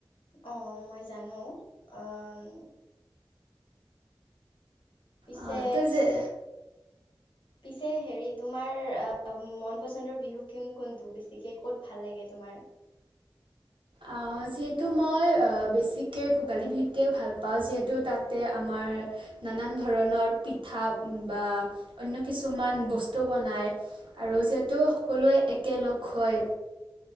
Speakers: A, on the left; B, on the right.
A: অ', মই জানোঁ অহ পিছে
B: অ, তো যে
A: পিছে হেৰি তোমাৰ অ', মন পচন্দৰ বিহু কোন কোনটো বেছিকে ক'ত ভাল লাগে। তোমাৰ।
B: অ'। যিহেতু মই বেছিকৈ ভোগালী বিহুটোৱে ভাল পাওঁ যিহেতু তাতে আমাৰ নানান ধৰণৰ পিঠা বা অন্য কিছুমান বস্তু বনায় আৰু। যিহেতু সকলোৱে একেলগ হয়,